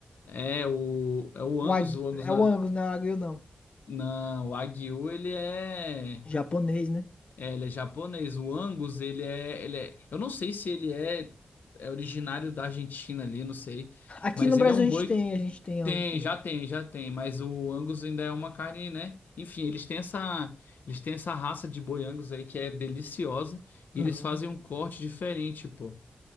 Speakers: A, on the left (about 80°); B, on the left (about 40°).
A: É o, é o Angus,
B: O Agui-
A: o Angus
B: É
A: na,
B: o Angus, não é o Wagyu, não.
A: na, o Wagyu, ele é.
B: Japonês, né?
A: É, ele é japonês. O Angus, ele é, ele é. Eu não sei se ele é, é originário da Argentina ali, não sei.
B: Aqui
A: Mas
B: no Brasil
A: ele é um
B: a gente
A: boi.
B: tem,
A: que-
B: a gente tem Angus
A: Tem,
B: também.
A: já tem, já tem. Mas o Angus ainda é uma carne, né? Enfim, eles têm essa, eles têm essa raça de boi Angus aí que é deliciosa. E
B: Aham.
A: eles fazem um corte diferente, pô.